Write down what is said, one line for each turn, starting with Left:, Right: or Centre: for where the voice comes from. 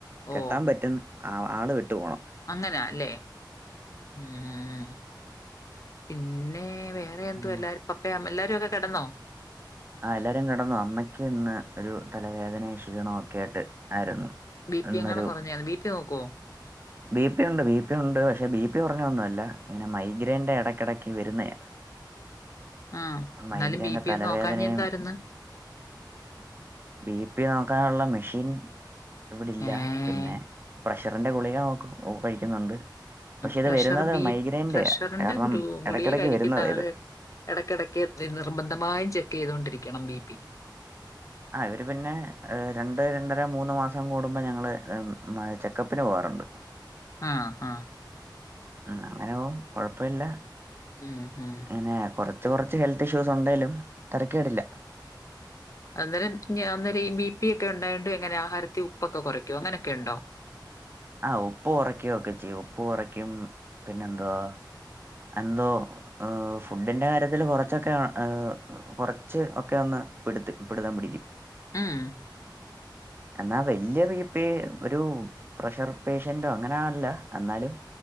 Left: ഓ
Right: കെട്ടാൻ പറ്റും ആ ആള് വിട്ടു പോണം.
Left: അങ്ങനാ അല്ലേ ഉം പിന്നെ വേ വേ എന്തുവാ
Right: ഉം.
Left: എല്ലാരും പപ്പയും എല്ലാരും ഒക്കെ കെടന്നോ.
Right: ആഹ് എല്ലാരും കിടന്നു അമ്മയ്ക്ക് ഇന്ന് ഒരു തലവേദനയും ക്ഷീണ ഒക്കെ ആയിട്ട് ആയിരുന്നു.
Left: ബി പി
Right: ഇന്നൊരു
Left: എങ്ങാനും കുറഞ്ഞായാണോ ബി പി നോക്കോ.
Right: ബി പി ഉണ്ട് ബി പി ഉണ്ട് പക്ഷെ ബി പി കുറഞ്ഞൊന്നുല്ല ഇങ്ങനെ മൈഗ്രൈന്റെ ഇടയ്ക്കിടയ്ക്ക് വരുന്നയാ
Left: ആഹ് എന്നാലും
Right: മൈഗ്രൈൻ്റെ
Left: ബി പി
Right: തലവേദനയും
Left: ഒന്ന് നോക്കാഞ്ഞെ എന്തായിര്ന്ന്.
Right: ബി പി നോക്കാനുള്ള മെഷീൻ. ഇവിടല്ല
Left: ഏ
Right: പിന്നെ പ്രഷറിന്റെ ഗുളിക നോ കഴിക്കുന്നുണ്ട്. പക്ഷെ ഇത്
Left: പ്രഷർ
Right: വരുന്നത്
Left: ബി
Right: മൈഗ്രൈൻ്റെയാ
Left: പ്രഷറിന്റെ
Right: കാരണം
Left: ഗു
Right: ഇടയ്ക്കിടയ്ക്ക്
Left: ഗുളിയെ കഴിക്കുന്ന
Right: വരുന്നതാ
Left: ആള്
Right: ഇത്
Left: ഇടയ്ക്കിടയ്ക്ക് നിർബന്ധമായും ചെക്ക് ചെയ്തുകൊണ്ടിരിക്കണം ബി പി
Right: ആഹ് ഇവര് പിന്നെ രണ്ട് രണ്ടര മൂന്ന് മാസം കൂടുമ്പോൾ ഞങ്ങൾ ചെക്കപ്പിന് പോകാറുണ്ട്
Left: ആഹ് ആഹ്
Right: ഉം അങ്ങനെ പോം കൊഴപ്പില്ല
Left: ഉം ഉം
Right: ഇങ്ങനെ കൊറ കുച്ച് കുറച്ച് ഹെൽത്ത് ഇഷ്യൂസ് ഉണ്ടേലും തരകേടില്ല
Left: അന്നേരം ഞാ അന്നേരം ഈ ബി പി ഒക്കെ ഉണ്ടായൊണ്ട് എങ്ങനെയാ ആഹാരത്തിൽ ഉപ്പൊക്കെ കുറയ്ക്കും അങ്ങനെയൊക്കെ ഉണ്ടോ
Right: ആഹ് ഉപ്പ് കൊറക്കെ ഒക്കെ ചെയ്യും ഉപ്പ് കൊറക്കും പിന്നെ എന്തുവാ എന്തോ ഫുഡിന്റെ കാര്യത്തില് കുറച്ചൊക്കെ ഏഹ് കൊറച്ച് ഒക്കെ ഒന്ന് പിടുത്ത് പിടുത്തം പിടിക്കും
Left: ഉം
Right: എന്നാ വല്ല്യ ബി പി ഒരു പ്രഷർ പേഷ്യന്റോ അങ്ങനെ ആല്ല എന്നാലും